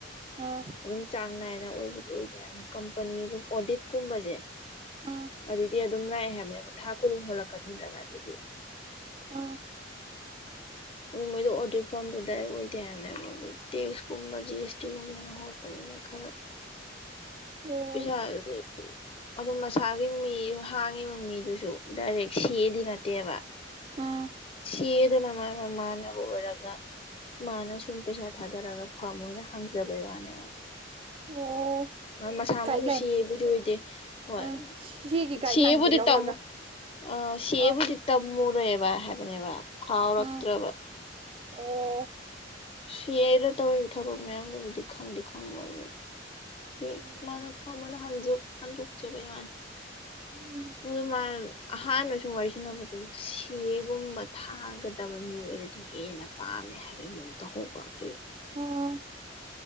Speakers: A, on the right (about 30°); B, on the left (about 30°).
A: ꯎꯝ
B: ꯑꯗꯨꯝ ꯆꯥꯡ ꯅꯥꯏꯅ ꯑꯣꯏꯕꯗꯨ ꯑꯣꯏꯗꯦ ꯑꯗꯨꯅ ꯀꯝꯄꯅꯤꯒꯨꯝꯕ ꯑꯣꯗꯤꯠ ꯀꯨꯝꯕꯁꯦ
A: ꯎꯝ ꯎꯝ
B: ꯑꯗꯨꯗꯤ ꯑꯗꯨꯝ ꯂ ꯌꯥꯝꯅꯦꯕ ꯊꯥ ꯈꯨꯗꯤꯡ ꯍꯣꯜꯂꯛꯀꯅꯤꯗꯅ ꯑꯗꯨꯗꯤ
A: ꯑꯥ
B: ꯑꯗꯨ ꯃꯣꯏꯗ ꯑꯣꯗꯤꯠ ꯐꯥꯝꯗꯣ ꯗꯥꯏꯔꯦꯛ ꯑꯣꯏꯗꯦ ꯍꯥꯏꯕꯅꯦꯕ ꯑꯗꯨ ꯇꯦꯛꯁꯀꯨꯝꯕ ꯖꯤ ꯑꯦꯁ ꯇꯤ ꯒꯨꯝꯕꯅ ꯍꯣꯠꯄꯅꯤꯅ ꯈꯔ ꯑ <inaudible>
A: ꯑꯣ
B: ꯄꯁꯥꯗ <inaudible> ꯑꯗꯨꯝ ꯃꯁꯥꯒꯤ ꯃꯤ ꯍꯥꯡꯉꯤꯕ ꯃꯤꯗꯨꯁꯨ ꯗꯥꯏꯔꯦꯛ ꯁꯤꯑꯗꯤ ꯅꯠꯇꯦꯕ
A: ꯎꯝ
B: ꯁꯤꯑꯗꯅ ꯃꯥꯥꯏ ꯃꯃꯥꯅ ꯑꯣꯏꯔꯒ ꯃꯥꯅ ꯁꯨꯝ ꯄꯩꯁꯥ ꯊꯥꯗꯔꯒ ꯐꯝ ꯃꯣꯏꯅ ꯍꯥꯡꯖꯕꯩ ꯋꯥꯅꯦ ꯃ
A: ꯑꯣ
B: ꯃꯁꯥꯃꯛꯁꯨ
A: ꯒꯥꯏꯗꯂꯥꯏꯟ
B: ꯁꯤꯑꯕꯨꯗꯤ ꯑꯣꯏꯗꯦ ꯍꯣꯏ
A: ꯑ ꯁꯤꯒꯤ ꯒꯥꯏꯗꯂꯥꯏꯟꯗꯤ
B: ꯁꯤꯑꯕꯨꯗꯤ
A: ꯂꯧꯔꯒ
B: ꯇꯝꯃꯨ ꯑ ꯁꯤꯕꯨꯗꯤ
A: ꯑ
B: ꯇ ꯃꯣꯔ ꯑꯦꯕꯥ ꯍꯥꯏꯕꯅꯦꯕ ꯐꯥꯎꯔꯛꯇ꯭ꯔꯕ
A: ꯎꯝ ꯑꯣ꯫
B: ꯁꯤꯑꯦꯔ ꯇꯧꯔꯤꯕ ꯊꯕꯛ ꯃꯌꯥꯝꯗꯨꯕꯨꯗꯤ ꯈꯪꯗꯤ ꯈꯪꯕꯒ ꯑꯗꯨ ꯃꫭꯏ
A: ꯑꯣ
B: ꯃꯥꯅ ꯐꯃꯅ ꯍꯪꯖꯨ ꯍꯟꯗꫭꯛꯆꯕꯩ ꯋꯥꯅꯤ꯫
A: ꯎꯝ
B: ꯃꫭꯏꯗꯨ ꯃꯥ ꯑꯍꯥꯟꯕ ꯁꯨꯝ ꯋꯥꯔꯤ ꯁꯥꯟꯅꯕꯗꯨ ꯁꯤꯑꯦꯒꯨꯝꯕ ꯊꯥꯒ ꯇꯕ ꯃꯤ ꯑꯣꯏꯔꯗꯤ ꯍꯦꯟꯅ ꯄꯥꯝꯃꯦ ꯍꯥꯏꯕꯒꯤ ꯃꯑꯣꯡ ꯇꯧꯍꯧꯕ ꯑꯗꯨꯏ꯫
A: ꯑꯣ